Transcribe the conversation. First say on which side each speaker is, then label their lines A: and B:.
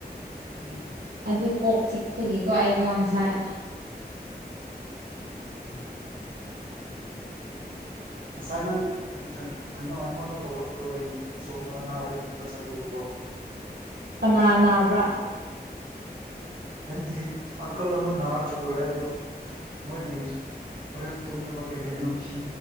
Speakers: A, on the right; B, on the right.
A: ꯎꯝ
B: ꯑꯗꯨ ꯀꯣꯛ ꯆꯤꯛꯄꯒꯤꯀꯣ ꯑꯩꯗꯣ ꯉꯁꯥꯏ
A: ꯎꯝ ꯉꯁꯥꯏ ꯅꯪ ꯑꯩꯅ ꯀꯩꯅꯣ ꯑꯩꯉꯣꯟꯗ ꯇꯧꯔꯛꯄꯗꯣ ꯑꯩ ꯑꯁꯣꯝꯗ ꯑꯅꯥꯕ ꯌꯦꯡꯕ ꯆꯠꯂꯨꯕꯀꯣ
B: ꯀꯅꯥ ꯅꯥꯕ꯭ꯔꯥ
A: ꯑꯩꯒꯤ ꯑꯪꯀꯜ ꯑꯃ ꯅꯥꯔꯒ ꯄꯨꯔꯛꯑꯦ ꯑꯗꯣ ꯃꯣꯏꯒꯤ ꯍꯣꯔꯦꯟ ꯇꯨꯝꯅꯕ ꯀꯩ ꯀꯩꯅꯣ ꯐꯤ